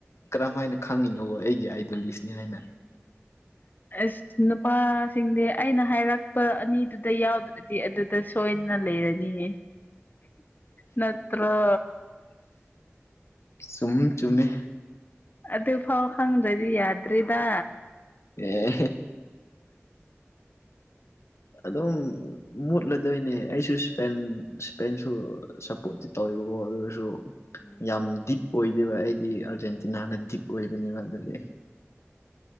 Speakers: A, on the left (about 70°); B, on the left (about 40°).
A: ꯀꯔꯝ ꯍꯥꯏꯅ ꯈꯪꯉꯤꯅꯣ ꯑꯩꯒꯤ ꯑꯥꯏꯗꯣꯂꯤꯁꯅꯤ ꯍꯥꯏꯅ
B: ꯑꯁ ꯅꯨꯄꯥꯁꯤꯡꯗꯤ ꯑꯩꯅ ꯍꯥꯏꯔꯛꯄ ꯑꯅꯤꯗꯨꯗ ꯌꯥꯎꯗ꯭ꯔꯗꯤ ꯑꯗꯨꯗ ꯁꯣꯏꯅ ꯟꯅ ꯂꯩꯔꯅꯤꯌꯦ ꯅꯠꯇ꯭ꯔꯣ
A: ꯁꯨꯝ ꯆꯨꯝꯃꯤꯃꯦ
B: ꯑꯗꯨ ꯐꯥꯎ ꯈꯪꯗ꯭ꯔꯗꯤ ꯌꯥꯗ꯭ꯔꯔꯤꯗ
A: ꯑꯦ ꯑꯗꯨꯝ ꯃꯨꯠꯂꯗꯣꯏꯅꯦ ꯑꯩꯁꯨ ꯏꯁꯄꯦꯟ ꯏꯁꯄꯦꯟꯁꯨ ꯁꯄꯣꯔ ꯇꯧꯋꯤꯕꯀꯣ ꯑꯗꯨꯔꯁꯨ
B: ꯎꯝ
A: ꯌꯥꯝ ꯗꯤꯞ ꯑꯣꯏꯗꯦꯕ ꯑꯩꯗꯤ ꯑꯥꯔꯖꯦꯟꯇꯤꯅꯥꯅ ꯗꯤꯞ ꯑꯣꯏꯕꯅꯦꯕ ꯑꯗꯨꯒꯤ